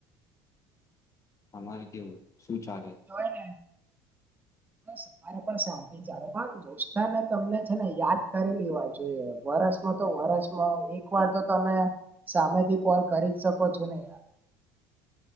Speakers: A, on the left; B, on the right.
A: અમારે કેવું શું ચાલે?
B: કવાય ને બસ મને પણ શાંતિ ચાલે પણ દોસ્તારને તમને છે ને યાદ કરી લેવા જોઈએ વરસ તો વર્ષમાં એક વાર તો તમે સામેથી કોલ કરી જ શકો છો ને યાર.